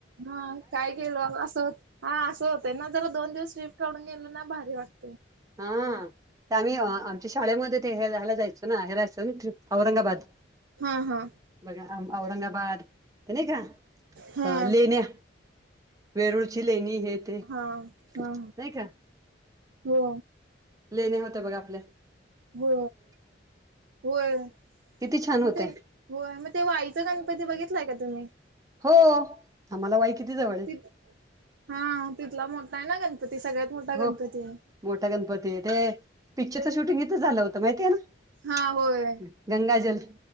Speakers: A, on the right; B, on the right.
A: हा काय केल असंत. हा असं होतं ना जरा दोन दिवस शिफ्ट काढून गेल ना भारी वाटते.
B: हा आम्ही आमच्या शाळेमध्ये ते हेला जायचो ना हेरायचो औरंगाबाद
A: हा हा
B: बघा औरंगाबाद तर नाही का.
A: हा
B: अ लेण्या, वेरूळची लेणी, हे ते नाही
A: हा हा हा
B: का.
A: हो
B: लेणे होते बघा आपले.
A: हो वय
B: किती छान होत्या
A: म ते <inaudible> होय मग ते वाईचं गणपती बघितलाय का तुम्ही?
B: हो आम्हाला वाई किती जवळ आहे
A: ति हा तिथला मोठा आहे ना गणपती सगळ्यात. मोठा
B: हो
A: गणपती आहे
B: मोठा गणपती आहे ते. पिक्चरच शूटिंग इथ झालं होतं माहिती आहे ना
A: हा होय
B: गंगाजल.